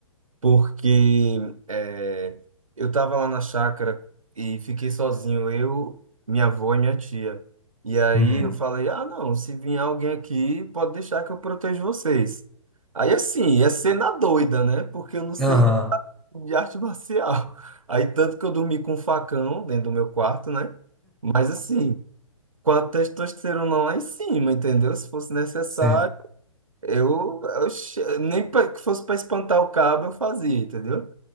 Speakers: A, on the right; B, in the centre.
A: porque é, eu estava lá na chácara e fiquei sozinho, eu, minha avó e minha tia. E aí
B: uhum.
A: eu falei, ah, não, se vir alguém aqui, pode deixar que eu protejo vocês. Aí assim, ia ser na doida, né? Porque eu não sei
B: Aham,
A: de arte <laughs> marcial. Aí tanto que eu dormi com um facão dentro do meu quarto, né? Mas assim, com a testosterona lá em cima, entendeu? Se fosse necessário.
B: sim.
A: Eu, eu che- nem pra, que fosse para espantar o cabo eu fazia, entendeu?